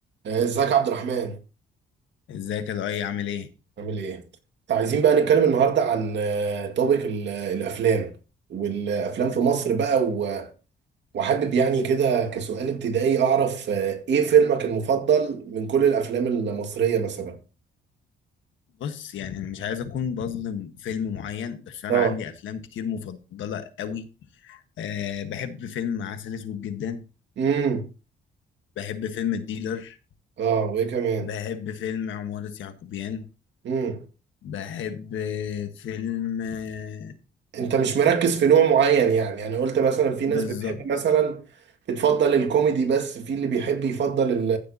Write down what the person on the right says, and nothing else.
آه، ازيك يا عبد الرحمن
عامل ايه انت عايزين بقى نتكلم النهارده عن آه، توبيك ال- الافلام والافلام في مصر بقى و- وحابب يعني كده كسؤال ابتدائي اعرف آه، ايه فيلمك المفضل من كل الافلام المصريه مثلا
اه
امم
اه وايه كمان
امم
انت مش مركز في نوع معين يعني انا قلت مثلا في ناس
بتحب مثلا بتفضل الكوميدي بس في اللي بيحب يفضل ال-